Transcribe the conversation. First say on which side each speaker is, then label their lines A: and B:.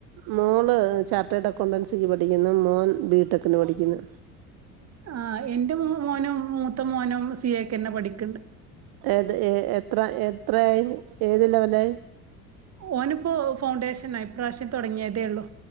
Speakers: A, on the right (about 50°); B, on the right (about 35°).
A: മോള് ചാർട്ടേഡ് അക്കൗണ്ടൻസിക്ക് പഠിക്കുന്നു മോൻ ബിടെക്കിന് പഠിക്കുന്നു
B: ആഹ് എന്റെ മോനും മൂത്ത മോനും സി എയിക്ക് തന്നെ പഠിക്കണ്ട്
A: ഏത് എത്ര എത്രയായി ഏത് ലെവലായി
B: ഓനിപ്പോ ഫൗണ്ടേഷനാ ഇപ്രാവശ്യം തുടങ്ങിയതേ ഉള്ളൂ